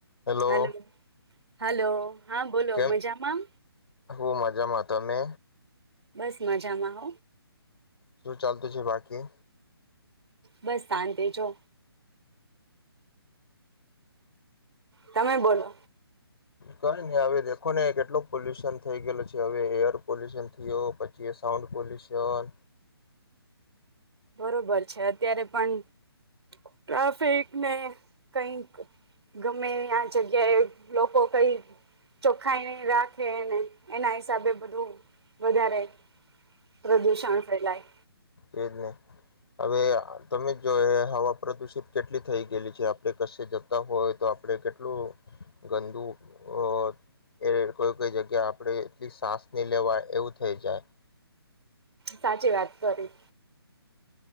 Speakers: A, on the left (about 70°); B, on the right (about 80°).
A: Hello,
B: hello hello હા બોલો
A: કેમ
B: મજામાં
A: હું માજામાં, તમે?
B: બસ મજામાં હ
A: શું ચાલતું છે બાકી?
B: બસ શાંતિ જો તમે બોલો.
A: કંઈ નહીં, હવે દેખો ને કેટલું પોલ્યુશન થઈ ગયેલું છે હવે, એર પોલ્યુશન થયો, પછી સાઉન્ડ પોલ્યુશન
B: બરોબર છે, અત્યારે પણ ટ્રાફિકને કંઈક ગમે આ જગ્યાએ લોકો કંઈ ચોખ્ખાઈ નહિં રાખે ને એના હિસાબે બધું વધારે પ્રદૂષણ ફેલાય.
A: એજ ને હવે તમે જો હવા પ્રદુષિત કેટલી થઈ ગયેલી છે, આપડી કશે જતા હોય, તો આપડે કેટલું ગંદુ અહ એ કોઈ કોઈ જગ્યા આપડે એટલી સાસની લેવાય, એવું થઈ જાય
B: સાચી વાત કરી.